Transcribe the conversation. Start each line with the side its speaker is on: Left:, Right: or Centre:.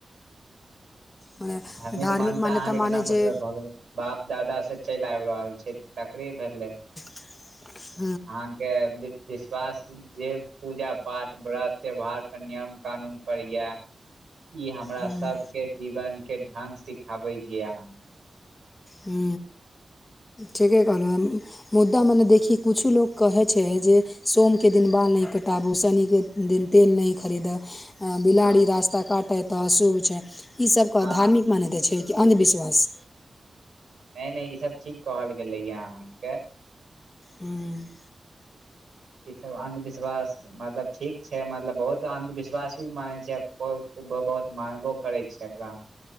Left: मने
Right: धार्मिक मानता
Left: मान्यता
Right: अहाँके
Left: माने
Right: जेना
Left: जे
Right: मतलब भऽ गेलै बाप दादा से चलि आबि रहल छै तकरे भेलै
Left: <inaudible>
Right: अहाँके विश्वास जे पूजा पाठ व्रत त्योहार त नियम कानून पर य इ हमरा
Left: हँ
Right: सबके जीवन के ढंग सिखाबे हिया
Left: हू ठीके कहलौ मुद्दा मने देखी किछो लोक कहैत छै जे सोमके दिन बाल नहि कटाबू शनिके दिन तेल नहि खरीदै बिलाड़ी
Right: हँ
Left: रास्ता काटै तऽ अशुभ छै ई सबके
Right: हँ
Left: धार्मिक मानता छै कि अन्धविश्वास
Right: नहि नहि ई सब ठीक कहल गेलैय अहाँके
Left: हूँ
Right: ईसभ अन्धविश्वास मतलब ठीक छै मतलब बहुत अन्धविश्वास भी मानै छै बहुत ब बहुत मानबो करै छै एकरा